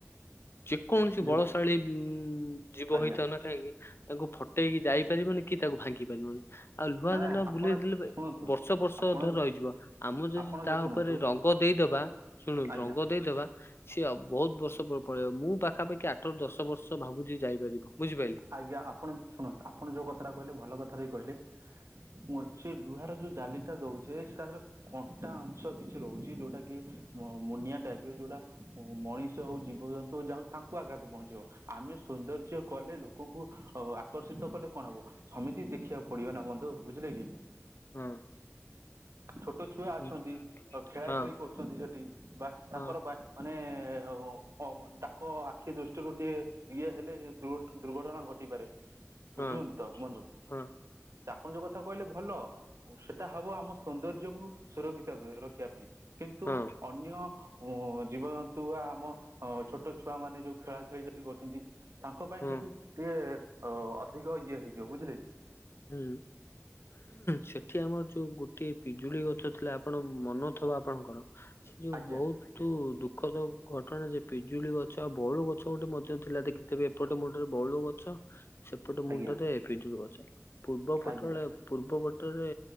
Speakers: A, on the left; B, on the right.
A: ଯେକୌଣସି
B: ଯୋଉ
A: ବଳଶାଳୀ ଉ ଜୀବ
B: ଆଜ୍ଞା
A: ହେଇଥାଉ ନା କାହିଁକି। ତାଙ୍କୁ ଫଟେଇକି ଯାଇ ପାରିବନି କି ତାକୁ ଭାଙ୍ଗି ପାରିବନି ଆଉ ଲୁହା
B: ମାନେ
A: ଜାଲ
B: ଆପଣ
A: ବୁଲେଇ ଦେଲେ।
B: ଶୁଣନ୍ତୁ
A: ବର୍ଷ ବର୍ଷ
B: ଆପଣ
A: ଧର ରହିଯିବ ଆମେ ଯଦି
B: ଆପଣ
A: ତା
B: ଯୋଉ ଶୁଣନ୍ତୁ
A: ଉପରେ ରଙ୍ଗ ଦେଇଦବା। ଶୁଣୁ
B: ଆଜ୍ଞା
A: ରଙ୍ଗ ଦେଇଦବା। ସିଏ ବହୁତ ବର୍ଷ ପଳେଇବ ମୁଁ ପାଖାପାଖି ଆଠରୁ ଦଶ ବର୍ଷ ଭାବୁଛି ଯାଇପାରିବ ବୁଝିପାରିଲି?
B: ଆଜ୍ଞା ଆପଣ ଶୁଣନ୍ତୁ ଆପଣ ଯୋଉ କଥ କହିଲେ ଭଲ କଥାରେ କହିଲେ। ମୁଁ ସେ ଲୁହହାର ର ଯୋଉ ଜାଲିଟା ଦଉଛେ ସେ ତାରେ କଣ୍ଟା। କିଛି ରହୁଛି ଯୋଉଟା କି ମୁନିଆ ଟାଇପ ରେ ଯୋଉଟା ମଣିଷ ହଉ ଜୀବଜନ୍ତୁ ଯା ତାଙ୍କ ଆଘାତ ପହଞ୍ଚିବ ଆମେ ସୌନ୍ଦର୍ଯ୍ୟ କଲେ ଲୋକ କୁ ଆକର୍ଷିତ କଲେ କଣ ହବ ସମିତି ଦେଖିବାକୁ ପଡିବ ନା ବନ୍ଧୁ ବୁଝିଲେ କି?
A: ହଁ।
B: ଛୋଟ ଛୁଆ
A: ହୁଁ,
B: ଅଛନ୍ତି ଖେଳା
A: ହଁ
B: ଖେଳି କରୁଛନ୍ତି ସେଠି ବା ତାଙ୍କର
A: ହଁ
B: ବା ମାନ ଅ ଅ ତାଙ୍କ ଆଖି ଦୃଷ୍ଟିରୁ ଟିକେ ଇଏ ହେଲେ ଦୁର୍ଘ ଦୁର୍ଘଟଣା ଘଟିପାରେ।
A: ହଁ
B: ବୁଝୁଛନ୍ତି ତ ବନ୍ଧୁ
A: ହଁ
B: ସେ ଆପଣ ଯୋଉ କଥା କହିଲେ ଭଲ ସେଟା ହବ ଆମ ସୌନ୍ଦର୍ଯ୍ୟକୁ ସୁରକ୍ଷିତ ରଖିବା ପାଇଁ କିନ୍ତୁ
A: ହଁ
B: ଅନ୍ୟ ଜୀବଜନ୍ତୁ ବା ଆମ ଛୋଟ ଛୁଆ ମାନେ ଯୋଉ ଖେଳା ଖେଳି ସେଠି କରୁଛନ୍ତି। ତାଙ୍କ ପାଇଁ
A: ହଁ
B: ସେଠି ଟିକେ ଅ ଅଧିକ ଇଏ ହେଇଯିବ ବୁଝିଲେ କି?
A: ହୁଁ। ସେଠି ଆମର ଯୋଉ ଗୋଟେ ପିଜୁଳି ଗଛ ଥିଲା ଆପଣ ମନ ଥିବା ଆପଣଙ୍କର? ସେ ଯୋଉ
B: ଆଜ୍ଞା
A: ବହୁତ ତୁ ଦୁଃଖଦ ଘଟଣା ଯେ ପିଜୁଳି ଗଛ ଆଉ ବଉଳୁ ଗଛ ଗୋଟେ ମଧ୍ୟ ଥିଲା ଦେଖି ତିବେ ସେପଟେ ମୁଣ୍ଡରେ ବଉଳ ଗଛ ସେପଟେ ମୁଣ୍ଡରେ
B: ଆଜ୍ଞା
A: ପିଜୁଳି ଗଛ ପୂର୍ବ ପଟରେ
B: ଆଜ୍ଞା
A: ପୂର୍ବ ପଟରେ